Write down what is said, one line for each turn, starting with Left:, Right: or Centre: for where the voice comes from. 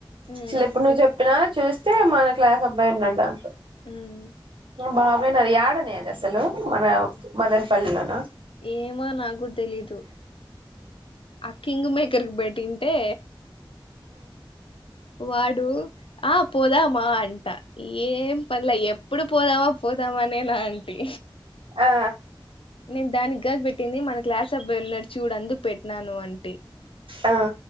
Left: ఉమ్
Right: అసలు ఎప్పుడు నువ్వు చెప్పినా చూస్తే మన క్లాస్ అబ్బాయి ఉన్నాడు దాంట్లో
Left: ఉమ్
Right: బాగా పోయినాడు యాడనే అది అసలు మన మదనపల్లిలోన
Left: ఎమో నాకూడా తెలీదు అకింగ్ మే ఎక్కరికి పెట్టింటే వాడు ఆ పోదామా అంట ఏం పర్లే ఎప్పుడు పోదామా పోదామానే నాంటి
Right: ఆ
Left: నేను దానికి కాదు పెట్టింది మన క్లాస్ అబ్బాయి ఉన్నాడు చూడు అందు పెట్టినాను అంటే
Right: ఆ